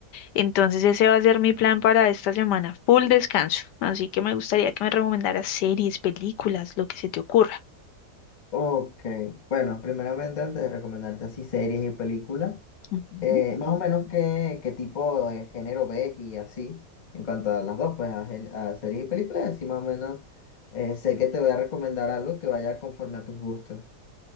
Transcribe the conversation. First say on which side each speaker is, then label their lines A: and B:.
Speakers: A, on the left; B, on the left.
A: Entonces ese va a ser mi plan para esta semana, full descanso. Así que me gustaría que me recomendaras series, películas, lo que se te ocurra.
B: Ok, bueno, primeramente antes de recomendarte así series y películas,
A: Ujú.
B: eh, más o menos qué, qué tipo de género ves y así, en cuanto a las dos, pues a, gen- a series y películas, así más o menos eh, sé que te voy a recomendar algo que vaya conforme a tus gustos.